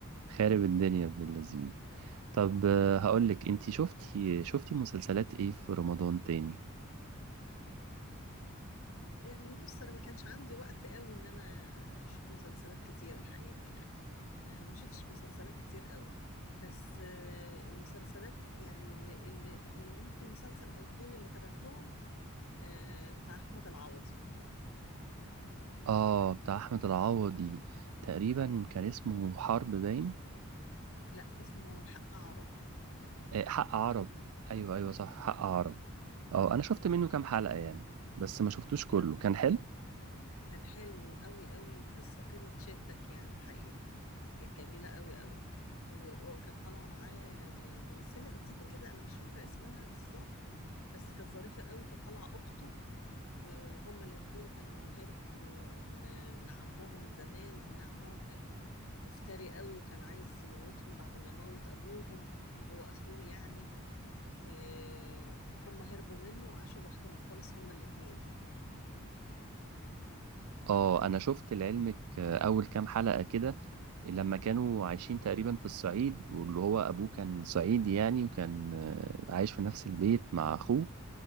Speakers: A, on the right (about 85°); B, on the left (about 70°).
A: خارب الدنيا ابن اللذين طب آه، هقولك انتي شفتي شفتي مسلسلات ايه في رمضان تاني
B: يعني بص انا ما كانش عندي وقت قوي ان انا اشوف مسلسلات كتير الحقيقه يعني يعني ما شفتش مسلسلات كتير قوي بس آه، المسلسلات يعني اللي, اللي, اللي ممكن مسلسل او اتنين اللي تابعتهم آه، بتاع احمد العوضي
A: اه بتاع احمد العوضي تقريبا كان
B: م-
A: اسمه حرب
B: آه،
A: باين
B: لا اسمه حق عرب
A: آه حق عرب ايوه ايوه صح حق
B: مم.
A: عرب اه انا شفت منه
B: اه
A: كام حلقة يعني بس ما شفتوش كله
B: كان
A: كان حلو
B: كان حلو قوي قوي قصة كده تشدك يعني الحقيقة كانت جميلة قوي قوي و- وكانت طالعة معاه ممثلة جديدة كده أنا مش فاكرة اسمها بالظبط بس كانت ظريفة قوي كانت طالعة أخته و- وهما الاتنين كانوا هربوا من من عمهم زمان لأن عمهم كان مفتري قوي وكان عايز يموتهم بعد ما موت أبوهم اللي هو أخوه يعني و- وهم هربوا منه وعاشوا لوحدهم خالص هما الاتنين
A: اه انا شفت لعلمك آه، اول كام حلقة كده لما كانوا عايشين تقريبا في الصعيد واللي هو ابوه كان صعيدي يعني وكان آه، عايش في نفس البيت مع اخوه